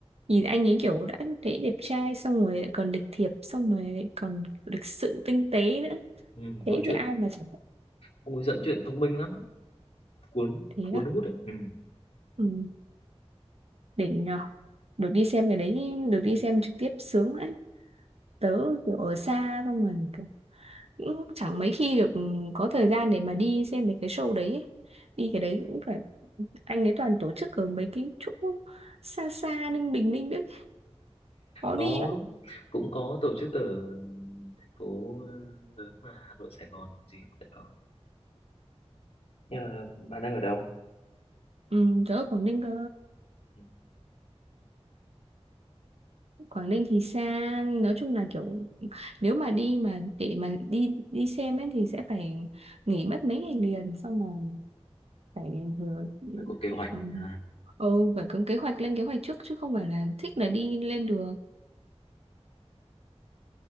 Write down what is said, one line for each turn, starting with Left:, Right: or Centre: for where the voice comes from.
Right: nhìn anh ấy kiểu đã thấy đẹp trai xong rồi lại còn lịch thiệp xong rồi lại còn lịch sự tinh tế nữa
Left: Ừ, nói
Right: thế
Left: chuyện
Right: thì ai mà chẳng thích
Left: ông ấy dẫn truyện thông minh lắm cuốn
Right: thế
Left: cuốn
Right: á
Left: hút đấy ừ
Right: ừ. đỉnh nhở được đi xem cái đấy được đi xem trực tiếp sướng đấy tớ kiểu ở xa xong rồi kiểu cũng chẳng mấy khi được có thời gian để mà đi xem mấy cái show đấy ấy. đi cái đấy cũng phải anh ấy toàn tổ chức ở mấy cái chỗ xa xa Ninh Bình Ninh biết khó
Left: có
Right: đi lắm
Left: cũng có tổ chức ở thành phố ờ, lớn mà Hà Nội Sài Gòn gì cũng sẽ có nhưng mà bạn đang ở đâu
Right: ừ, tớ ở Quảng Ninh cơ
Left: Ừ,
Right: Quảng Ninh thì xa nói chung là kiểu nếu mà đi mà để mà đi đi xem ấy thì sẽ phải nghỉ mất mấy ngày liền xong rồi phải vừa
Left: phải có kế hoạch
Right: ừ,
Left: à.
Right: ừ phải có kế hoạch lên kế hoạch trước chứ không phải là thích là đi lên được